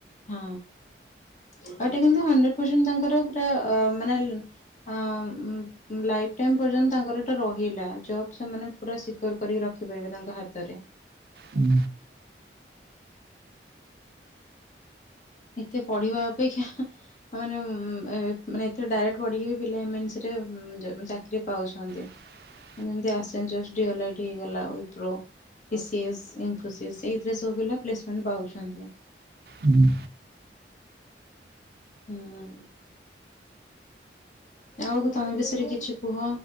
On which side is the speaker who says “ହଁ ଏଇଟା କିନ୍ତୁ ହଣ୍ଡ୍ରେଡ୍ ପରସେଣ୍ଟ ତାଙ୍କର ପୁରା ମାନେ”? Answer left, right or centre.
Left